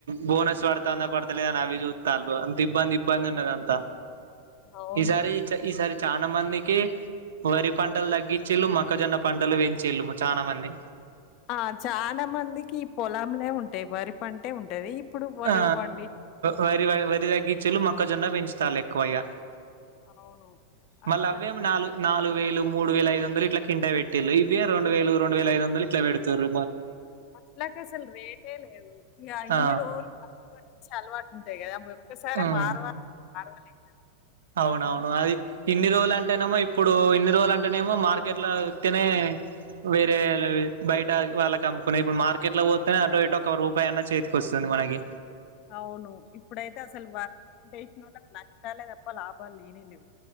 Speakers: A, on the right; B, on the left.
A: బోనస్ పడాతందా పడతలేదని అవి చూతన్రు అంత ఇబ్బంది ఇబ్బంది ఉన్నదంతా
B: అవును.
A: ఈసారి చ ఈసారి చానా మందికి వరి పంటలు తగ్గించేళ్ళు మొక్కజొన్న పంటలు పెంచేళ్ళు చాలా మంది
B: ఆ చాలా మందికి పొలంలే ఉంటాయి వరి పంటే ఉంటది ఇప్పుడు వరి
A: ఆ
B: పండి
A: వరి వ వరి తగ్గించలు మొక్కజొన్న పెంచుతాలి ఎక్కువగా
B: అవును. అసల
A: మళ్ళీ అవేమి నాలుగు నాలుగు వేలు మూడు వేల ఐ వంద ఇలా కింటా పెట్టటి ఇవే రెం వేలు రెండు వేలఐదు వందలు ఇట్లా పెడతారు
B: అట్లకాషల్ రేటే లేదు ఇక ఇన్ని
A: ఆ
B: రోజులు అలవాటు ఉంటాయి కదా ఒక్కసారె
A: ఉమ్
B: మారవ మారవలే కదా
A: అవునవును అది ఇన్ని రోజులు అంటేనేమో ఇప్పుడు ఇన్ని రోజులుంటేనేమో మార్కెట్ల చూతనే వేరే అలది బయట వాళ్ళకి కంపుకున్నా ఇప్పుడు మార్కెట్లో పోతేనే అటుో ఇటు ఒక రూపాయ అన్న చేతికి వస్తుంది మనగీ
B: అవును ఇప్పుడైతే అసలు వర్ చేసిన వాళ్ళ నష్టాలే తప్ప లాభాలు లేనే లేవు